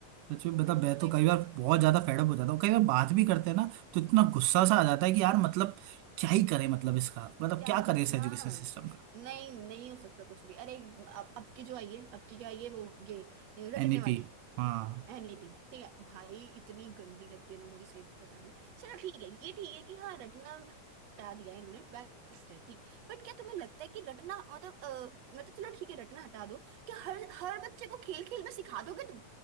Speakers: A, on the right; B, on the right.
A: सच में बता मैं
B: मेरे
A: तो कई
B: को
A: बार बहुत ज्यादा फेडअप हो जाता हूँ कई बार बात भी करते हैं ना तो इतना गुस्सा सा
B: तो
A: आ जाता है कि यार मतलब क्या ही करें मतलब इसका मतलब
B: क्या
A: क्या
B: ही
A: करें इस
B: हाँ
A: एजुकेशन सिस्टम का
B: नहीं नहीं हो सकता कुछ भी अरे अब अब की जो आई है अब की क्या आई है वो ये, ये रटने
A: एनईपी
B: वाली
A: हाँ
B: एनीटी ठीक है भाई इतनी गंदी लगती है ना मुझे सही बता रही हूँ चलो ठीक है ये ठीक है कि हाँ रटना हटा दिया इन्होंने बेस्ट है ठीक बट क्या तुम्हें लगता है कि रटना मतलब अ, मतलब चलो ठीक है रटना हटा दो क्या हर हर बच्चे को खेल खेल में सिखा दोगे तुम